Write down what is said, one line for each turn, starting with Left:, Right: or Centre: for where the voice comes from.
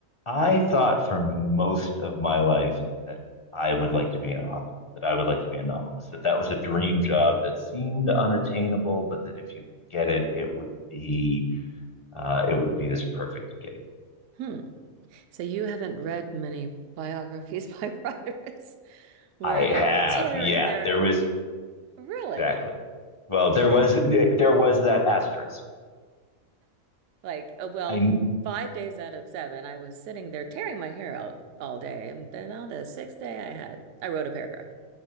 Left: I thought for most of my life that I would like to be an author, that I would like to be a novelist, that that was a dream job that seemed unattainable, but that if you could get it, it would be uh, it would be this perfect gig.
Right: Hmm. So you haven't read many biographies <laughs> by writers where
Left: I
Right: they're
Left: have,
Right: tearing
Left: yeah,
Right: their
Left: there was
Right: really
Left: exactly. Well, there was there was that asterisk.
Right: like uh, well,
Left: I
Right: five days out of seven, I was sitting there tearing my hair out all day, and then on the sixth day, I had I wrote a paragraph.